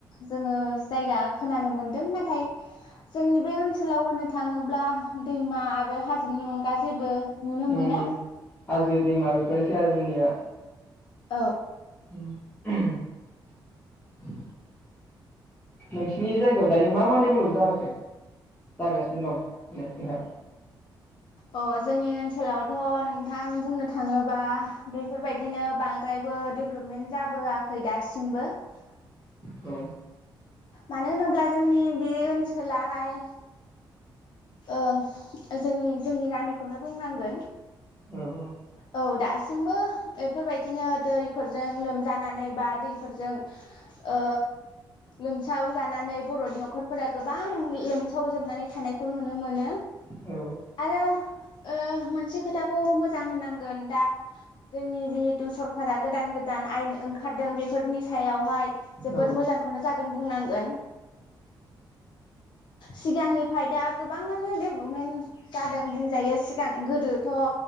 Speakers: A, on the left; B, on the left.
A: जोङो जायगा खोनानो मोनदों नाथाय जोंनि बे ओनसोलाव होनो थाङोब्ला दैमा आरो हाजोनि अनगा जेबो नुनो मोना
B: उम हाजो दैमा बेफोरनोसै आरो जोंनिया
A: औ
B: <inaudible> नोंसिनि जायगायाव दायो मा मा डेभेलप जानांखो जागासिनो दं? <unintelligible>
A: अ जोंनि ओनसोलावथ' नोंथां बुंनो थाङोबा बेफोरबायदिनो बांद्रायबो डेभेलपमेन्ट जाबोआखै दासिमबो ।
B: औ
A: मानो होनोब्ला जोंनि बे ओनसोलाहाय ओ जोंनि जोंनि गामिखौनो बुंनांगोन ।
B: औ औ
A: औ दासिमबो बेफोरबायदिनो दैफोरजों लोमजानानै बा दैफोरजों ओ लोमसाव जानानै बर'नि न'खरफोरा गोबां लोमसावजोबनानै थानायखौ नुनो मोनो
B: औ
A: आरो ओ मोन से खोथा गोन दा जोंनि जिहेतु सरखारा गोदान गोदान आयेन ओंखारदों बेफोरनि सायावहाय जोबोद
B: औ
A: मोजांखौनो जादों बुंनांगोन सिगांनिफ्राय दा गोबाङानो डेभेलपमेन्ट जादों बुंजायो सिगां गोदोथ'